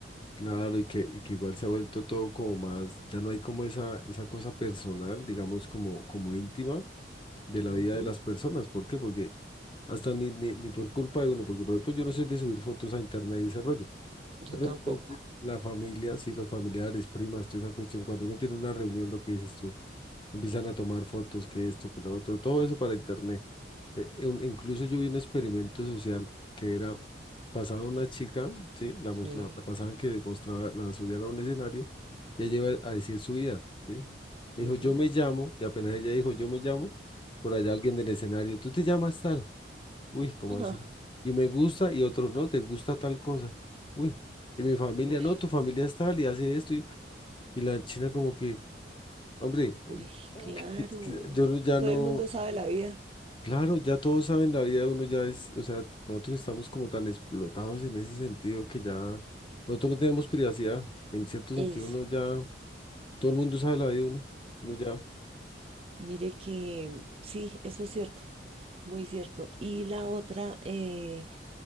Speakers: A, on the left (about 30°); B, on the right (about 30°).
A: Claro, y que, y que igual se ha vuelto todo como más, ya no hay como esa, esa cosa personal, digamos, como, como íntima de la
B: Ujú.
A: vida de las personas. ¿Por qué? Porque hasta ni, ni, ni por culpa de uno, porque por ejemplo yo no soy de subir fotos a internet y ese rollo, pero
B: Yo tampoco,
A: entonces la familia, sí, los familiares, primas, toda esa cuestión, cuando uno tiene una reunión, lo que dices tú, empiezan a tomar fotos, que esto, que lo otro, todo eso para internet. Eh, un- incluso yo vi un experimento social que era, pasaba una chica, sí, la,
B: sí.
A: mos- la, la pasaban que mostraba, la subían a un escenario y ella iba a decir su vida, sí. Dijo,
B: Ujú.
A: yo me llamo, y apenas ella dijo, yo me llamo, por allá alguien del escenario, tú te llamas tal. Uy, ¿cómo
B: Ajá.
A: así? Y me gusta y otro no, te gusta tal cosa. Uy, y mi familia,
B: Uy,
A: no, tu familia es tal y hace esto. Y, y la china como que, hombre, eh,
B: uy, claro.
A: que- que yo no- ya
B: Todo
A: no,
B: el mundo sabe la vida.
A: claro, ya todos saben la vida de uno, ya es, o sea, nosotros estamos como tan explotados en ese sentido que ya, nosotros no tenemos privacidad. En cierto
B: Eso.
A: sentido, uno ya, todo el mundo sabe la vida de uno. Uno ya,
B: Mire que sí, eso es cierto, muy cierto. Y la otra, eh,